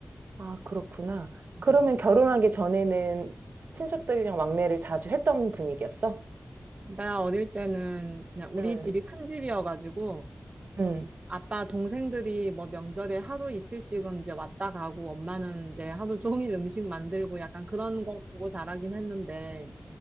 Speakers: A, on the right (about 90°); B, on the right (about 40°).
A: 아, 그렇구나.
B: 음.
A: 그러면 결혼하기 전에는 친척들이랑 왕래를 자주 했던 분위기였어?
B: 나 어릴 때는 그냥 우리
A: 응,
B: 집이 큰 집이어가지고
A: 응,
B: 아빠 동생들이 뭐 명절에 하루 이틀씩은 이제 왔다 가고 엄마는 이제 하루 종일 음식 만들고 약간 그런 거 보고 자라긴 했는데